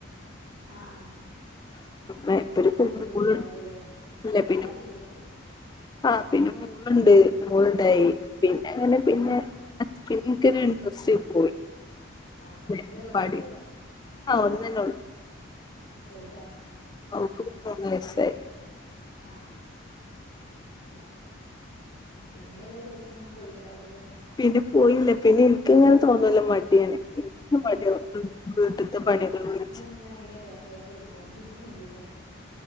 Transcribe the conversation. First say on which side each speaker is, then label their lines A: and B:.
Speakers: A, on the left (about 85°); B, on the left (about 20°).
A: ആഹ് ആഹ്
B: <unintelligible>
A: പിന്നെ പോയിട്ടുണ്ടാവൂല്ലല്ലേ?
B: മോള് ഇല്ല പിന്നെ
A: ഫുള്ളാക്കിയില്ലേ ഡിഗ്രി?
B: ആ പിന്നെ മോളുണ്ട്. മോളുണ്ടായി. പിന്നെ അങ്ങനെ പിന്നെ
A: ആഹ് ആഹ്
B: പിന്നെ ഇൻക്കൊരു ഇൻട്രസ്റ്റ് പോയി.
A: ആഹ്
B: അതെ
A: എത്രേ ഒരു
B: പഠി,
A: കുട്ടിയൊള്ളൂ
B: ആഹ് ഒന്നന്നേള്ളൂ
A: ആഹ് ചെറുതാ?
B: അവൾക്കിപ്പം മൂന്ന് വയസായി
A: ആഹ് ആഹ് അത് ശരി. പിന്നെ ഏതേലും കോഴ്‌സിന് ഒന്നും പോയിണ്ടാവില്ലല്ലേ?
B: പിന്നെ പോയില്ല. പിന്നെ എനിക്ക് ഇങ്ങനെ തോന്നുല്ലോ. മട്യാണ്. ഇപ്പോ മടിയാകും. വീട്ടത്തെ പണി ഒക്കെ കഴിച്ച്
A: അങ്ങനെ അതിൻ്റെ ബാ ക്ക് ബാക്കായിട്ട് പോണം. പിന്നെ മട്യായിക്കാനോ